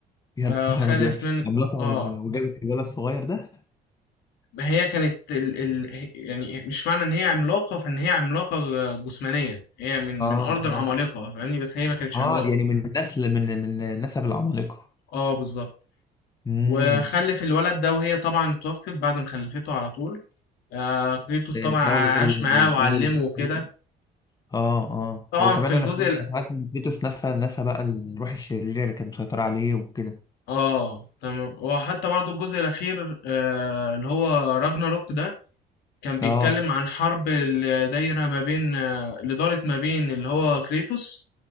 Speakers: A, on the left; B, on the left.
A: يا
B: آه
A: نهار
B: خلف
A: ابيض
B: من
A: عملاقه
B: اه
A: و- وجابت الولد الصغير ده
B: ما هي كانت ال... ال... يعني مش معنى ان هي عملاقه فان هي عملاقه جسمانيا هي من
A: اه
B: من ارض العمالقه
A: اه
B: فاهمني بس هي ما كانتش
A: اه
B: عملاقه
A: يعني من نسل من من نسب العمالقة
B: اه بالظبط
A: امم
B: وخلف الولد ده وهي طبعا توفت بعد ما خلفته على طول آه كريتوس طبعا
A: بسبب
B: عاش
A: ال-
B: معاه
A: بسبب
B: وعلمه
A: اللي
B: وكده
A: حصل. اه اه
B: طبعا
A: وكمان
B: في الجزء
A: انا سمعت
B: ال...
A: انت عارف ان فيتوس نسى نسى بقى الروح الشريرة اللي كانت مسيطرة عليه وكده
B: اه تمام وحتى برضو الجزء الاخير آه اللي هو راجناروك ده كان بيتكلم
A: اه
B: عن حرب اللي دايره ما بين آه اللي دارت ما بين اللي هو كريتوس